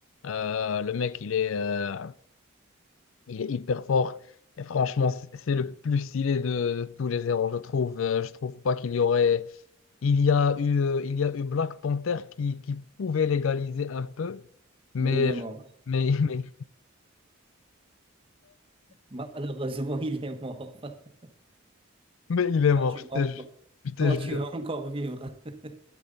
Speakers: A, on the left (about 65°); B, on the right (about 25°).
A: Euh, le mec, il est, euh, Il est hyper fort. Et franchement, c- c'est le plus stylé de, de tous les héros, je trouve. Euh, je trouve pas qu'il y aurait. Il y a eu, euh, il y a eu Black Panther qui, qui pouvait l'égaliser un peu, mais,
B: Mais il est mort.
A: mais, <laughs> mais,
B: Malheureusement, <laughs> il est mort. <laughs>
A: mais il est
B: Toi,
A: mort,
B: tu
A: je
B: vas
A: te,
B: encore,
A: ju- je te
B: toi,
A: jure.
B: tu vas encore vivre. <laughs>